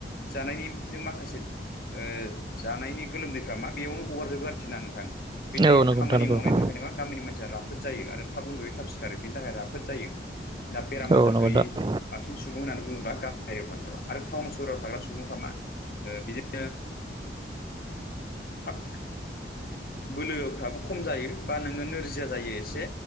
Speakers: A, on the left; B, on the right.
A: जानायनिजों माखासे ओ जानायनि गोलोमदैफ्रा मा बेयावनो गगारजोबो आरोखि ना नोंथां बे टाइ
B: औ
A: खामानि
B: नंगौ नोंथां नंगौ
A: मावनायनि थाखायनो मा गामिनि मानसिया राफोद जायो आरो थाब उन्दुयो थाब सिखारो बिनि थाखाय राफोद जायो। ना बेराम आजार
B: औ नंगौ
A: गैयै
B: नोंथां
A: बांसिन सुबुं होननानै बुङोब्ला गामियारियाव थाग्राफ्रा आरो टाउन सोहोराव थाग्रा सुबुंफ्रा मा ओ बिदिनो थाब बोलोफ्राबो खम जायो बा नोङो नोरजिया जायो एसे।